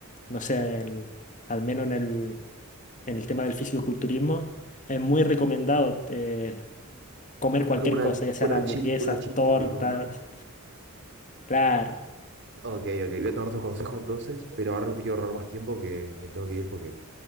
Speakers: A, on the left (about 40°); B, on the right (about 55°).
A: no sé, el- al menos en el, en el tema del fisicoculturismo, es muy recomendado eh, comer
B: Hacer
A: cualquier
B: como una,
A: cosa, ya sean
B: una
A: hamburguesas,
B: cheat, una cheat
A: tortas.
B: meal, digamos, ¿no?
A: Claro,
B: Ok, ok, voy a tomar tus consejos entonces, pero ahora no te quiero ahorrar más tiempo que me tengo que ir porque